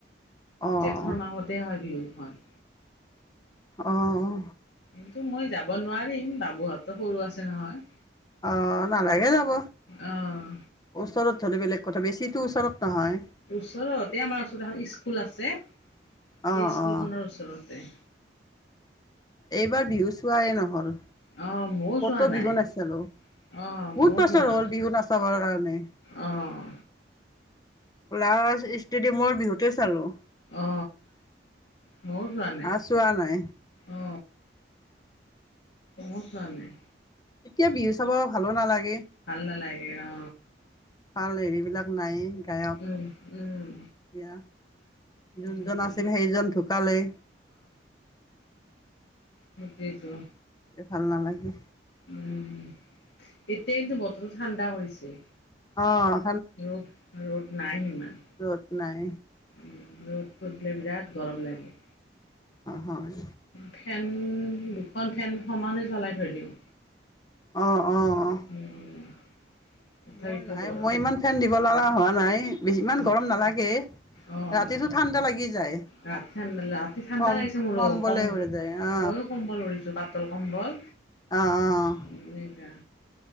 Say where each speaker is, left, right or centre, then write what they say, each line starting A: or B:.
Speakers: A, on the left; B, on the left.
A: অঁ
B: জেঠৰ মাহতে হয় বিহু হয়।
A: আহ
B: কিন্তু মই যাব নোৱাৰিম বাবুহঁতো সৰু আছে নহয়।
A: অ নালাগে যাব
B: অ
A: ওচৰত হ'লে বেলেগ। ক'থা বেছিটো ওচৰত। নহয়
B: ওচৰতে আমাৰ ওচৰত এখন স্কু। স্কুল আছে। সেই
A: অঁ
B: স্কুলখনৰ
A: অঁ
B: ওচৰতে।
A: এইবাৰ বিহু চোৱাই নহ'ল
B: অঁ ময়ো চোৱা
A: কতো
B: নাই
A: বিহু নাচালো
B: অঁ
A: বহুত
B: ময়ো
A: বছৰ
B: চোৱা নাই
A: হ'ল বিহু নাচাবৰ কাৰণে।
B: অঁ
A: লাষ্ট ষ্টেডিয়ামৰ বিহুত। সেইটোৱে চালো।
B: অ ম‌ইও যোৱা নাই
A: আৰু চোৱা নাই
B: অ। ময়ো চোৱা না‌ই।
A: এতিয়া বিহু চাব ভালো নালাগে।
B: ভাল নালাগে অ।
A: ভাল হেৰিবলাক নাই। গায়ক
B: উম উম
A: এতিয়া যোনজন
B: সেইটো
A: আছিল সেইজন ঢুকালেই।
B: তাকেইটো
A: ভাল নালাগে।
B: উম এতিয়া কিন্তু বতৰো ঠাণ্ডা কৰিছে।
A: অহ
B: ৰ'দ ৰ'দ নাই বিমান।
A: ৰ'দ নাই
B: ৰ'দটো দিলে বিৰাট গৰম লাগে।
A: হয়
B: ফেন দুখন ফেন সমানে চলাই থৈ দিওঁ।
A: অঁ অঁ
B: উম, তথাপিতো
A: মোৰ নাই
B: গৰম
A: মই ইমান ফেন দিব লগা হোৱা নাই। ইমান
B: অ',
A: গৰম নালাগে
B: অ',
A: ৰাতিটো ঠাণ্ডা লাগি যায়
B: ৰাতি ঠাণ্ডা ৰাতি ঠাণ্ডা
A: কম
B: লাগিছে মোৰো
A: কমবলে
B: কম
A: উৰি যায়
B: ময়ো কম্বল লৰিছো পাতল কম্বল
A: অ অ'
B: এনেকা